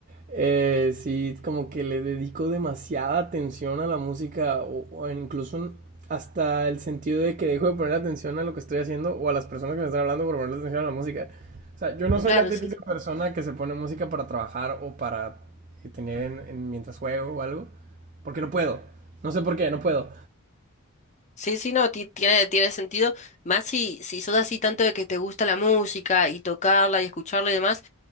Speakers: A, on the right; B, on the left.
A: eh, sí como que le dedico demasiada atención a la música o, o en- incluso en- hasta el sentido de que dejo de poner atención a lo que estoy haciendo o a las personas que me están hablando por ponerle atención a la música. O sea, yo no soy
B: Claro,
A: la típica
B: sí, sí.
A: persona que se pone música para trabajar o para eh, tener en- en- mientras juego o algo, porque no puedo. No sé por qué, no puedo.
B: Sí, sí, no, ti- tiene, tiene sentido. Más si, si sos así tanto de que te gusta la música y tocarla y escucharla y demás,